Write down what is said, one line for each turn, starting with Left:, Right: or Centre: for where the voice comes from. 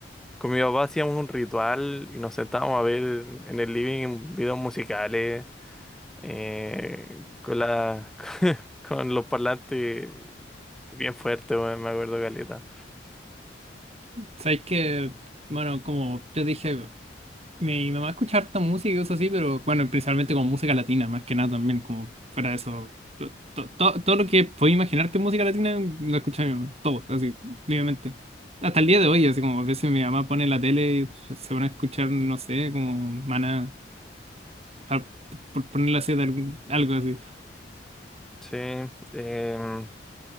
Centre: Con mi papá hacíamos un ritual y nos sentábamos a ver en el living videos musicales eh, con la, con los parlantes bien fuertes, weón, me acuerdo caleta.
Right: sabes que, bueno, como yo dije, mi mamá escucha harta música y cosas así, pero bueno, principalmente como música latina, más que nada también, como fuera de eso. to- to- to- todo lo que podía imaginarte en música latina lo escucha mi mamá, todo, así, libremente. Hasta el día de hoy, así como a veces mi mamá pone la tele y se se pone a escuchar, no sé, como Maná, pa- por ponerle así de algún- algo así.
Centre: Sí, em,